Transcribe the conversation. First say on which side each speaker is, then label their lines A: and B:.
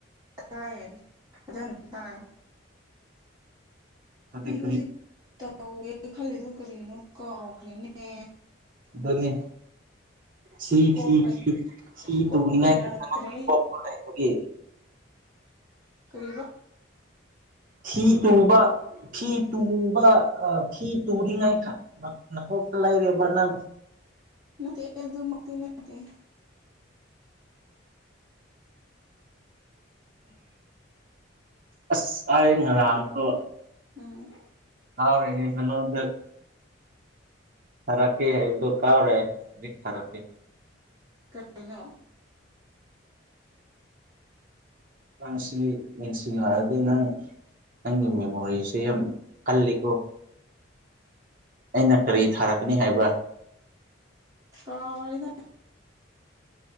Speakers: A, on the right; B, on the right.
A: ꯇꯥꯏꯌꯦ ꯐꯖꯅ <unintelligible>
B: ꯑꯗꯨꯗꯤ
A: ꯑꯩ
B: ꯀꯔꯤ
A: ꯍꯧꯖꯤꯛ ꯇꯧꯒꯦ ꯈꯜꯂꯤꯗꯣ ꯀꯔꯤꯅꯣ ꯀꯥꯎꯈ꯭ꯔꯦꯅꯦ
B: ꯍꯟꯗꯛꯅꯦ ꯁꯤ
A: ꯀꯣꯛꯀ
B: ꯐꯤ ꯊꯤ ꯁꯤ
A: ꯀꯣꯛꯀ
B: ꯇꯧꯅꯤꯡꯉꯥꯏ
A: ꯌꯥꯗ꯭ꯔꯦ
B: ꯑꯉꯥꯡ ꯄꯣꯛꯄ ꯂꯩꯕꯒꯤ
A: ꯀꯔꯤꯕ
B: ꯐꯤ ꯇꯨꯕ ꯐꯤ ꯇꯨꯕ ꯐꯤ ꯇꯨꯅꯤꯡꯉꯥꯏ <unintelligible> ꯅꯀꯣꯛꯇ ꯂꯩꯔꯦꯕ ꯅꯪ
A: ꯅꯠꯇꯦꯍꯦ ꯑꯗꯨ ꯃꯛꯇꯤ ꯅꯠꯇꯦ
B: ꯑꯁ ꯑꯥꯏ ꯉꯔꯥꯡꯀꯣ
A: ꯎꯝ
B: ꯉꯥꯎꯔꯦꯍꯦ ꯅꯉꯣꯟꯗ ꯂꯛꯀꯦ ꯍꯥꯏꯕꯗꯣ ꯀꯥꯎꯔꯦ ꯃꯤ ꯊꯥꯔꯛꯀꯦ
A: <unintelligible>
B: ꯅꯪ ꯁꯤ ꯅꯤꯡꯁꯤꯡꯂꯛꯑꯗꯤ ꯅꯪ ꯅꯪꯒꯤ ꯃꯦꯃꯣꯔꯤꯁꯦ ꯌꯥꯝ ꯀꯜꯂꯤꯀꯣ ꯑꯩꯅ ꯀꯔꯤ ꯊꯥꯔꯛꯀꯅꯤ ꯍꯥꯏꯕ꯭ꯔꯥ
A: ꯀꯥꯎꯔꯦꯗ